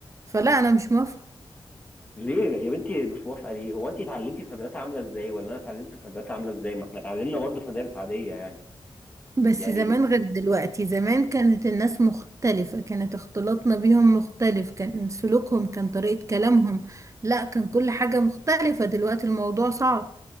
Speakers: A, on the right (about 35°); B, on the left (about 20°).
A: فلا انا مش موافقة
B: ليه يا بنتي مش موافقه ليه هو انت اتعلمتي في مدرسه عامله ازاي ولا انا اتعلمت في مدرسه عامله ازاي ما احنا اتعلمنا برضه في مدارس عاديه يعني
A: بس
B: يعني
A: زمان غير دلوقتي زمان كانت الناس مختلفة كانت اختلاطنا بيهم مختلف كان سلوكهم كان طريقة كلامهم لا كان كل حاجة مختلفة دلوقتي الموضوع صعب